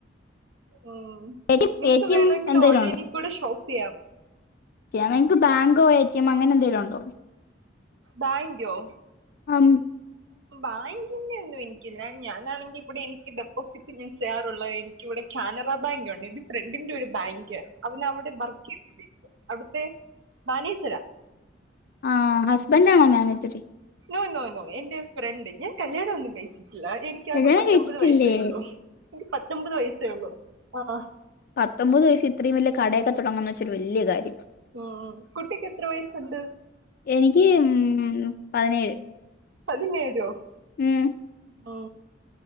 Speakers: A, on the right; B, on the left.
A: ഉം
B: എ ടി
A: നിങ്ങക്ക്
B: എ ടി
A: വേണമെങ്കില്
B: എം എന്തേലും
A: ഓൺലൈനിൽ കൂടെ ഷോപ്പ് ചെയ്യാം
B: ചെയ്യാം നിങ്ങൾക്ക് ബാങ്കോ എ ടി എം അങ്ങനെ എന്തെങ്കിലും ഉണ്ടോ
A: ബായ്ങ്കോ
B: ആം
A: ബായിങ്കിന്റെ ഒന്നും എനിക്കില്ല ഞാനാണെങ്കിൽ ഇവിടെ എനിക്ക് ഡെപ്പോസിറ്റ് ഞാൻ ചെയ്യാറുള്ള യ് ഇവിടെ കാനറ ബായ് ങ്ക് ഉണ്ട് എന്റെ ഫ്രണ്ടിന്റെ ഒരു ബായ്ങ്ക് അവനവിടെ ബർ ക്ക്ചെയ അവിടുത്തെ മാനേജര
B: ആഹ് ഹസ്ബൻഡ് ആണോ മാനേജര്
A: നോ നോ നോ എന്റെ ഫ്രണ്ട് ഞാൻ കല്യാണം ഒന്നും കഴിച്ചിട്ടില്ല എനി എനിക്ക്ആക
B: കല്യാണം
A: പത്തൊമ്പത്
B: കഴിച്ചിട്ടില്ലേ
A: വയസ്സേ ഉള്ളു എനിക്ക് പത്തൊമ്പത് വയസ്സേ ഉള്ളു ആഹ്
B: പത്തൊമ്പത് വയസ് ഇത്ര വലിയൊരു കടയൊക്കെ തുടങ്ങാന്ന് വെച്ചൊരു വലിയ കാര്യമാണ്
A: ഓ ഹൊ കുട്ടിക്ക് എത്ര വയസ്സുണ്ട്?
B: എനിക്ക് ഉം പതിനേഴ്
A: പതിനേഴോ?
B: ഉം
A: ഹൊ